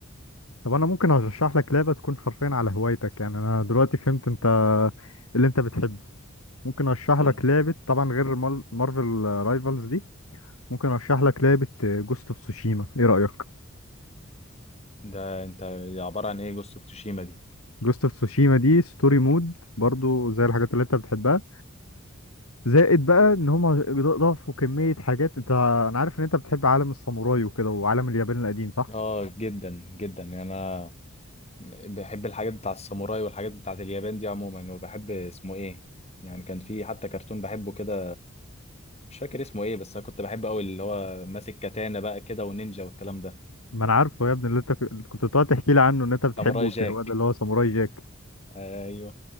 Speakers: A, on the left; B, on the left.
A: طب انا ممكن ارشح لك لعبة تكون حرفيا على هوايتك يعني انا دلوقتي فهمت انت اللي انت بتحبه ممكن ارشح لك
B: إيه
A: لعبة طبعا غير مال- مارفل رايفلز دي ممكن ارشح لك لعبة جوست اوف تسوشيما ايه رأيك
B: ده أنت عبارة عن إيه جوست أوف توشيما دي
A: جوست اوف تسوشيما دي ستوري مود برضو زي الحاجات اللي انت بتحبها زائد بقى ان هم ضافوا كمية حاجات انت انا عارف ان انت بتحب عالم الساموراي وكده وعالم اليابان القديم صح
B: آه جدا جدا يعني أنا بحب الحاجات بتاع الساموراي والحاجات بتاعت اليابان دي عموما وبحب اسمه ايه يعني كان في حتى كرتون بحبه كده مش فاكر اسمه ايه بس انا كنت بحبه قوي اللي هو ماسك كاتانا بقى كده ونينجا والكلام ده
A: ما انا عارفه يا ابني اللي انت ك- كنت بتقعد تحكي لي عنه ان انت بتحبه
B: ساموراي
A: وبتهواه
B: جاك
A: ده اللي هو ساموراي جاك
B: ايوه